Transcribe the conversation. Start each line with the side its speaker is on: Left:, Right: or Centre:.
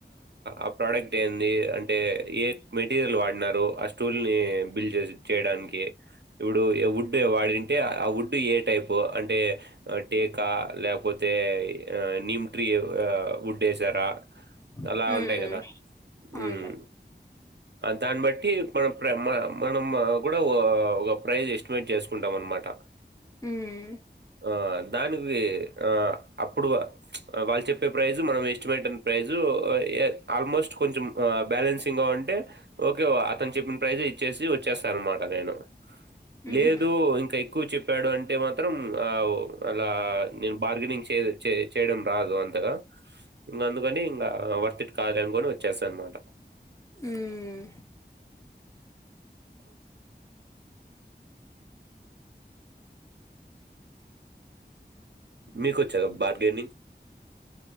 Right: ఆ ప్రోడక్ట్ ఏంది, అంటే ఏ మెటీరియల్ వాడినారు ఆ స్టూల్ని బిల్డ్ చేసి చేయడానికి, ఇప్పుడు వుడ్డు వాడింటే ఆ వుడ్డు ఏ టైపు అంటే టేకా, లేకపోతే ఆహ్ నిమ్ట్రీ ఆహ్ ఉడ్డేసారా అలా
Left: ఉమ్
Right: ఉంటాయి కదా
Left: అవునులే
Right: ఉహ్ దాన్ని బట్టి మనం ప్రై మన మనం కూడా ఓ ఒక ప్రైజ్ ఎస్టిమేట్ చేసుకుంటాం అనమాట
Left: ఉమ్
Right: ఆహ్ దానికి ఆ అప్పుడు వాళ్ళు చెప్పే ప్రైజు మనం ఎస్టిమేటన్ ప్రైజు ఆహ్ ఎ ఆల్మోస్ట్ కొంచెం బ్యాలెన్సింగ్గా ఉంటే ఓకే అతను చెప్పిన ప్రైజ్ ఇచ్చేసి వచ్చేస్తా అనమాట నేను
Left: ఉహు
Right: లేదు ఇంకా ఎక్కువ చెప్పాడు అంటే మాత్రం ఆ ఉహ్ అలా నేను బార్గెనింగ్ చేయలెన్ చే చేయడం రాదు అంతగా ఇంక అందుకని ఇంకా వర్తిట్ కాదులే అనుకోని వచ్చేసా అనమాట
Left: ఉమ్
Right: మీకు వచ్చా బార్గెనింగ్